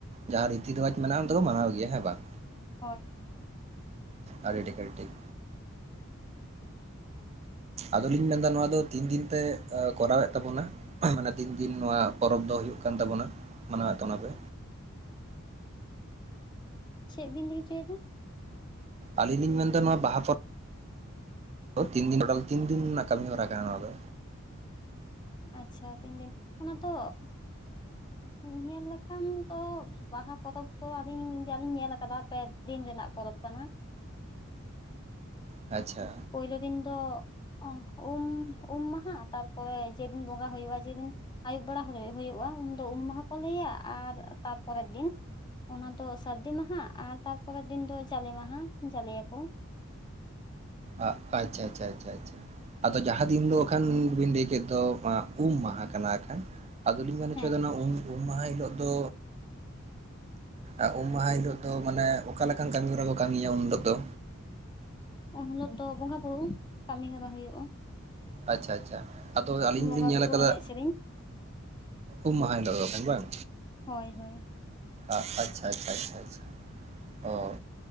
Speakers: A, on the right; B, on the left.
A: ᱡᱟᱦᱟᱸ ᱨᱤᱛᱤ ᱨᱮᱣᱟᱡ ᱢᱮᱱᱟᱜᱼᱟ ᱚᱱᱟ ᱫᱚᱠᱚ ᱢᱟᱱᱟᱣ ᱜᱮᱭᱟ ᱦᱮᱸ ᱵᱟᱝ
B: ᱦᱳᱭ
A: <inaudible> ᱟᱹᱰᱤ ᱴᱷᱤᱠ ᱟᱹᱰᱤ ᱴᱷᱤᱠ ᱟᱫᱚᱞᱤᱧ ᱢᱮᱱᱫᱟ ᱱᱚᱣᱟ ᱫᱚ ᱛᱤᱱᱫᱤᱱ ᱛᱮ ᱠᱚᱨᱟᱣᱮᱫ ᱛᱟᱵᱚᱱᱟ ᱢᱟᱱᱮ ᱫᱤᱱ ᱫᱤᱱ ᱱᱚᱣᱟ ᱯᱚᱨᱚᱵᱽ ᱫᱚ ᱦᱩᱭᱩᱜ ᱠᱟᱱ ᱛᱟᱵᱚᱱᱟ ᱢᱟᱱᱟᱣᱮᱫ ᱛᱟᱵᱚᱱᱟᱯᱮ
B: ᱪᱮᱫ ᱵᱤᱱ ᱞᱟᱹᱭ ᱦᱚᱪᱚᱭᱮᱫᱟ
A: ᱟᱞᱤᱧ ᱞᱤᱧ ᱢᱮᱱ ᱮᱫᱟ ᱱᱚᱣᱟ ᱵᱟᱦᱟ ᱯᱚᱨᱽ <unintelligible> ᱛᱤᱱ ᱫᱤᱱ ᱴᱳᱴᱟᱞ ᱛᱤᱱ ᱫᱤᱱ ᱨᱮᱱᱟᱜ ᱠᱟᱹᱢᱤ ᱦᱚᱨᱟ ᱠᱟᱱᱟ ᱱᱚᱣᱟ ᱫᱚ
B: ᱟᱪᱷᱟ ᱛᱤᱱᱫᱤᱱ ᱚᱱᱟ ᱛᱚ ᱚᱸᱼᱧᱮᱞ ᱞᱮᱠᱷᱟᱱ ᱫᱚ ᱵᱟᱦᱟ ᱯᱚᱨᱚᱵᱽ ᱛᱚ ᱟᱹᱞᱤᱧ ᱡᱟ ᱞᱤᱧ ᱧᱮᱞ ᱟᱠᱟᱫᱟ ᱯᱮ ᱫᱤᱱ ᱨᱮᱱᱟᱜ ᱯᱚᱨᱚᱵᱽ ᱠᱟᱱᱟ
A: ᱟᱪᱪᱷᱟ
B: ᱯᱩᱭᱞᱳ ᱫᱤᱱ ᱫᱚ ᱩᱢ ᱩᱢ ᱢᱟᱦᱟ ᱛᱟᱨᱯᱚᱨᱮ ᱡᱮᱫᱤᱱ ᱵᱚᱸᱜᱟ ᱦᱩᱭᱩᱜᱼᱟ ᱡᱮᱫᱤᱱ ᱟᱹᱭᱩᱵ ᱵᱮᱲᱟ ᱦᱩᱭᱩᱜᱼᱟ ᱩᱱᱫᱚ ᱩᱢ ᱢᱟᱦᱟ ᱠᱚ ᱞᱟᱹᱭᱟ ᱟᱨ ᱛᱟᱨᱯᱚᱨᱮ ᱫᱤᱱ ᱚᱱᱟ ᱫᱚ ᱥᱟᱹᱨᱫᱤ ᱢᱟᱦᱟ ᱟᱨ ᱛᱟᱨᱯᱚᱨᱮ ᱫᱤᱱ ᱫᱚ ᱡᱟᱞᱮ ᱢᱟᱦᱟ ᱡᱟᱞᱮᱭᱟ ᱠᱚ
A: ᱟᱸ ᱟᱪᱪᱷᱟ ᱟᱪᱪᱷᱟ ᱟᱪᱪᱷᱟ ᱟᱪᱪᱷᱟ ᱟᱫᱚ ᱡᱟᱦᱟᱸ ᱫᱤᱱ ᱫᱚ ᱟᱠᱷᱟᱱ ᱵᱮᱱ ᱞᱟᱹᱭ ᱠᱮᱫ ᱫᱚ ᱟᱸᱜ ᱩᱢ ᱢᱟᱦᱟ ᱠᱟᱱᱟ ᱮᱠᱷᱟᱱ ᱟᱫᱚᱞᱤᱧ ᱢᱮᱱ ᱦᱚᱪᱚᱭᱫᱟ
B: ᱦᱮᱸ
A: ᱱᱚᱣᱟ ᱩ ᱩᱢ ᱢᱟᱦᱟ ᱦᱤᱞᱳᱜ ᱫᱚᱼᱼ ᱟᱨ ᱩᱢ ᱢᱟᱦᱟ ᱦᱤᱞᱳᱜ ᱫᱚ ᱢᱟᱱᱮ ᱚᱠᱟ ᱞᱮᱠᱟᱱ ᱠᱟᱹᱢᱤ ᱦᱚᱨᱟ ᱠᱚ ᱠᱟᱹᱢᱤᱭᱟ ᱩᱱ ᱦᱤᱞᱳᱜ ᱫᱚ
B: ᱩᱱ ᱦᱤᱞᱳᱜ ᱫᱚ ᱵᱚᱸᱜᱟ ᱵᱩᱨᱩ ᱠᱟᱹᱢᱤ ᱦᱚᱨᱟ ᱦᱩᱭᱩᱜᱼᱟ
A: ᱟᱪᱪᱷᱟ ᱟᱪᱪᱷᱟ ᱟᱫᱚ ᱟᱹᱞᱤᱧ
B: ᱵᱚᱸᱜᱟ
A: ᱞᱤᱧ ᱧᱮᱞ
B: ᱵᱩᱨᱩ
A: ᱟᱠᱟᱫᱟ
B: ᱮᱱᱮᱡ ᱥᱮᱨᱮᱧ
A: ᱩᱢ ᱢᱟᱦᱟ ᱦᱤᱞᱳᱜ ᱫᱚ ᱠᱷᱟᱱ ᱵᱟᱝ
B: ᱦᱳᱭ ᱦᱳᱭ
A: ᱟᱪᱪᱷᱟ ᱟᱪᱪᱷᱟ ᱟᱪᱪᱷᱟ ᱚᱦ